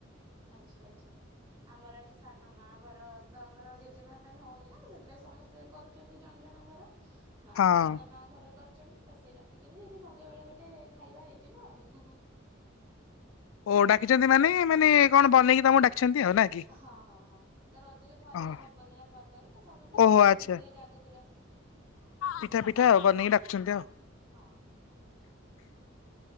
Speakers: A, on the right; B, on the left.
A: ଆଚ୍ଛା ଆଚ୍ଛା। ଆମର ଆଜି ସାନ ମା ଘର ତ ଆମର ଜେଜେମା ପାଇଁ ହୋଉନେଇଁ ନା ତ ସେଥିପାଇଁ ସମିସ୍ତେ କରୁଚନ୍ତି ଜଣ ଜଣ ଘର। ଆଜି
B: ହଁ।
A: ସାନ ମାଆ ଘର କରିଛନ୍ତି ତ ସିଏ ଡାକିଚନ୍ତି ଆଜି ସଞ୍ଜ ବେଳେ ଗୋଟେ ଖାଇବା ହେଇଯିବ ଆଉ।
B: ଓ ଡାକିଛନ୍ତି ମାନେ ମାନେ କଣ ବନେଇକି ତାମକୁ ଡାକିଛନ୍ତି ଆଉ ନା? କି?
A: ହଁ ହଁ ହଁ ତ ରଜରେ ଘରେ
B: ଓହୋ
A: ହବନି ନା ପର୍ବରେ ତ ସମେସ୍ତେ ବନୋଉଛନ୍ତି
B: ଓହୋ ଆଚ୍ଛା
A: ସେଥିଲାଗଗି ଆଗତୁରା।
B: ପିଠା ପିଠା ଆଉ ବନେଇକି ଡଖୁଛନ୍ତି
A: ହଁ
B: ଆଉ।
A: ହଁ।